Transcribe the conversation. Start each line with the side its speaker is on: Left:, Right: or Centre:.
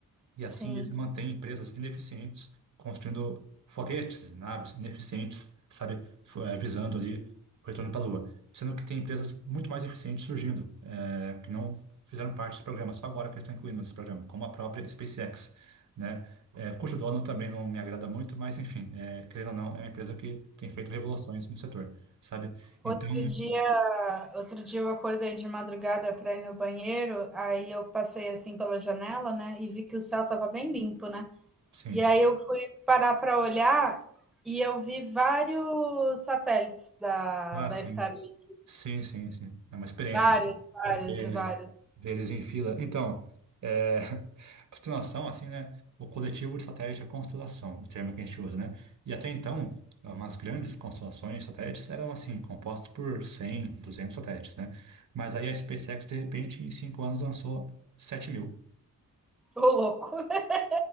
Right: E
Centre: Sim.
Right: assim eles mantêm empresas ineficientes, construindo foguetes, naves ineficientes, sabe, F- eh, visando ali o retorno para a Lua. Sendo que tem empresas muito mais eficientes surgindo, eh, que não fizeram parte desse programa, só agora que estão incluindo esse programa, como a própria SpaceX, né? Eh, cujo dono também não me agrada muito, mas enfim, eh, querendo ou não, é uma empresa que tem feito revoluções no setor, sabe?
Centre: Outro
Right: Então,
Centre: dia, outro dia eu acordei de madrugada para ir no banheiro, aí eu passei assim pela janela, né, e vi que o céu estava bem limpo, né?
Right: sim.
Centre: E aí eu fui parar para olhar e eu vi vários satélites da,
Right: Ah,
Centre: da
Right: sim.
Centre: Starlink,
Right: Sim, sim, sim. É uma experiência.
Centre: vários, vários,
Right: É,
Centre: vários.
Right: ver eles em fila. Então, é, <laughs> constelação, assim, né? O coletivo de satélites é constelação, o termo que a gente usa, né? E até então, umas grandes constelações de satélites eram, assim, compostas por 100, 200 satélites, né? Mas aí a SpaceX, de repente, em cinco anos lançou sete mil.
Centre: Ô, louco. <laughs>